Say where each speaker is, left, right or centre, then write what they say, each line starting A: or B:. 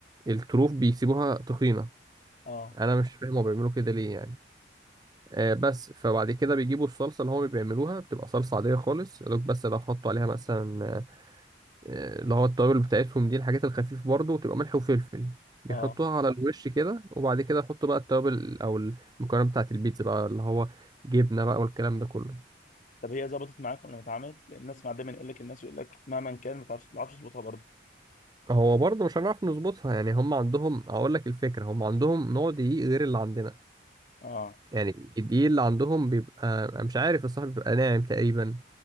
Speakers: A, on the right (about 20°); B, on the left (about 45°).
A: الطروف بيسيبوها تخينة
B: اه
A: انا مش فاهم هو بيعملوا كده ليه يعني آه بس فبعد كده بيجيبوا الصلصة اللي هما بيعملوها بتبقى صلصة عادية خالص يا دوب بس لو حطوا عليها مثلا آه، آه، اللي هو التوابل بتاعتهم دي الحاجات الخفيفة برضو وتبقى ملح وفلفل بيحطوها
B: اه
A: على الوش كده وبعد كده يحطوا بقى التوابل او المكونات بتاعت البيتزا بقى اللي هو جبنة بقى والكلام ده كله
B: طب هي ظبطت معاكم لما اتعملت لان الناس مع دايما يقول لك الناس يقول لك مهما كان ما تعرفش ما تعرفش تظبطها برضه
A: هو برضه مش هنعرف نظبطها يعني هم عندهم اقول لك الفكره هم عندهم نوع دقيق غير اللي عندنا
B: اه
A: يعني الدقيق اللي عندهم بيبقى مش عارف الصراحه بيبقى ناعم تقريبا